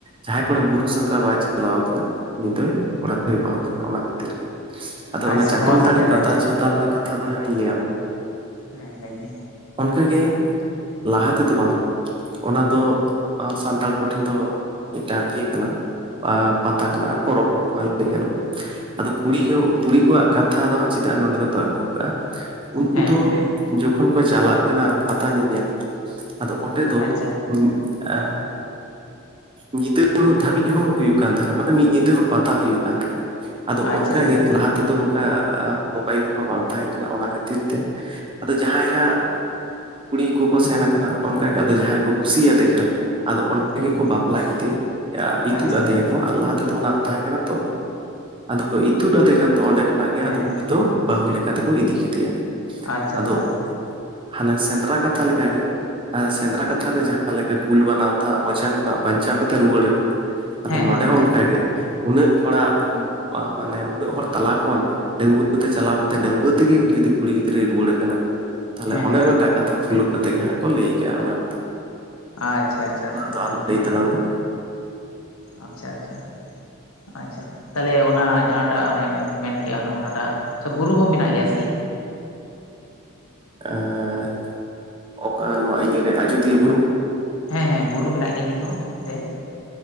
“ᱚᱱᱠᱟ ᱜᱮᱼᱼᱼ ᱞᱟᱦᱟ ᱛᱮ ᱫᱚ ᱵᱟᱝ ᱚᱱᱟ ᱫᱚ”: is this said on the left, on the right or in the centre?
Right